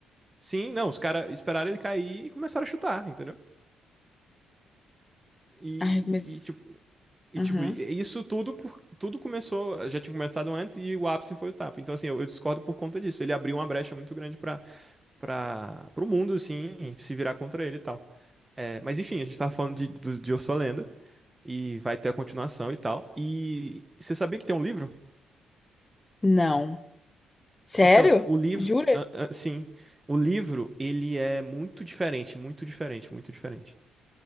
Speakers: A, on the right; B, on the left.
A: sim, não, os caras esperaram ele cair e começaram a chutar, entendeu? E,
B: Ai, mas.
A: e, tipo, e,
B: Uhum.
A: tipo, e- tipo, isso tudo por, tudo começou, já tinha começado antes e o ápice foi o tapa. Então, assim, eu, eu discordo por conta disso. Ele abriu uma brecha muito grande para para o mundo, assim, se virar contra ele e tal. É, mas enfim, a gente tava falando de, do- de Eu Sou a Lenda e vai ter a continuação e tal. E você sabia que tem um livro?
B: Não. Sério?
A: Então, o livro,
B: Jura?
A: ah, ah, sim, o livro ele é muito diferente, muito diferente, muito diferente.